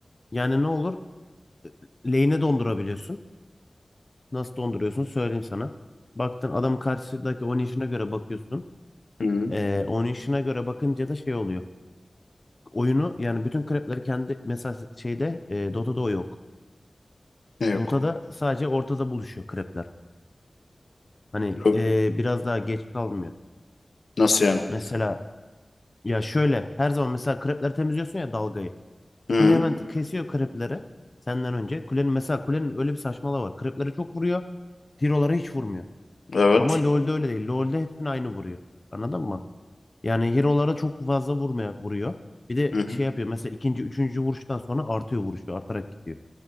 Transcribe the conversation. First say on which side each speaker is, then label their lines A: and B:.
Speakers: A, on the left (about 40°); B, on the left (about 85°).
A: Yani ne olur? Lane'e dondurabiliyorsun. Nasıl donduruyorsun söyleyeyim sana. Baktın adam karşıdaki oynayışına göre bakıyorsun.
B: Hı.
A: Eee oynayışına göre bakınca da şey oluyor. Oyunu yani bütün krepleri kendi mesela şeyde eee, Dota'da o yok.
B: Yok.
A: Dota'da sadece ortada buluşuyor krepler. Hani
B: Yok.
A: eee, biraz daha geç kalmıyor.
B: Nasıl yani?
A: Mesela Ya şöyle her zaman mesela krepleri temizliyorsun ya dalgayı.
B: Hı.
A: Kule hemen t- kesiyor krepleri senden önce. Kulenin mesela kulenin öyle bir saçmalığı var. Kreplere çok vuruyor. Hero'lara hiç vurmuyor.
B: Evet.
A: Ama LoL'de öyle değil. LoL'de hepsini aynı vuruyor. Anladın mı? Yani hero'lara çok fazla vurmaya vuruyor. Bir de
B: Hı hı.
A: şey yapıyor mesela ikinci, üçüncü vuruştan sonra artıyor vuruşu. Artarak gidiyor.